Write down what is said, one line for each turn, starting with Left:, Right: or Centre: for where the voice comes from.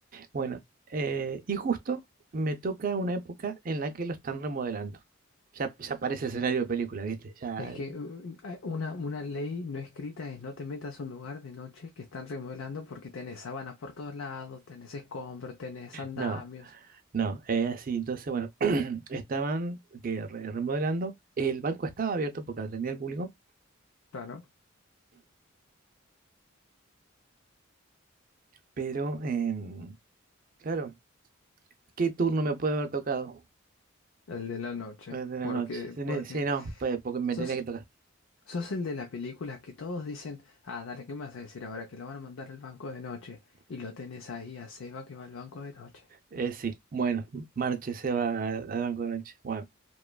Right: Bueno, eh, y justo me toca una época en la que lo están remodelando. Ya, ya parece escenario de película, ¿viste? Ya,
Left: Es que uh, hay una, una ley no escrita es no te metas a un lugar de noche que están remodelando porque tenés sábanas por todos lados, tenés escombros, tenés andamios.
Right: no, no, es así. Entonces, bueno, <clears throat> estaban que re- remodelando. El banco estaba abierto porque atendía al público,
Left: Claro,
Right: pero, em, claro, ¿qué turno me puede haber tocado?
Left: el de la noche.
Right: Pues de la
Left: Porque,
Right: noche. Sí, ne-
Left: porque
Right: sí, no, pues, porque me
Left: sos,
Right: tenía que tocar.
Left: sos el de la película que todos dicen, ah, dale, ¿qué me vas a decir ahora? Que lo van a mandar al banco de noche. Y lo tenés ahí a Seba que va al banco de noche.
Right: Eh, sí, bueno, Marche se va al al banco de noche. Bueno,